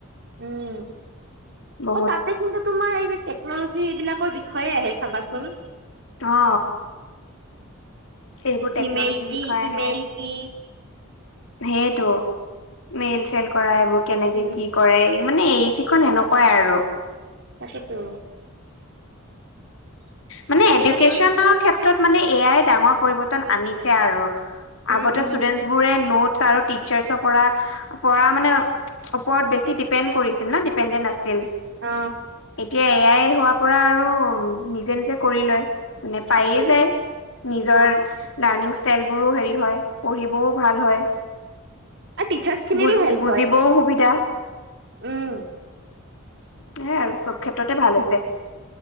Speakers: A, on the right (about 55°); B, on the left (about 65°).
A: উম
B: বহুত
A: অ তাতে কিন্তু তোমাৰ এই টেকনলজি এইবিলাকৰ বিষয়ে আহে চাবাচোন
B: অ সেইবোৰ
A: জিমেইল
B: টেকনলজিৰ
A: কি
B: বিষয়ে
A: ইমেইল
B: আহে
A: কি
B: সেইটো মেইল চেইল কৰা এইবোৰ কেনেকে
A: উম
B: কি কৰে মানে এই চিখন এনেকুৱাই আৰু
A: সেইটোৱেই টো
B: মানে এডুকেশ্যনৰ
A: যদি আমি
B: ক্ষেত্ৰত মানে এয়াই ডাঙৰ পৰিৱৰ্তন আনিছে আৰু
A: উম
B: আগতে
A: উম
B: ষ্টুডেন্টবোৰে নোট আৰু টিচাৰ্চৰ পৰা পৰা মানে ওপৰত বেছি ডিপেণ্ড কৰিছিল ন ডিপেণ্ডেণ্ট আছিল
A: অ
B: এতিয়া এ আই হোৱা পৰা আৰু নিজে নিজে কৰি লয় মানে পায়ে
A: তাকে
B: যায় নিজৰ
A: অ
B: লাৰ্নিং ষ্টলবোৰো হেৰি হয় পঢ়িবও ভাল হয়।
A: আৰু টিচাৰ্চ খিনিৰো
B: বুজ
A: হেল্প
B: বুজিবও
A: হয়।
B: সুবিধা।
A: উম
B: সেইয়াই আৰু চব ক্ষেত্ৰতে ভাল হৈছে।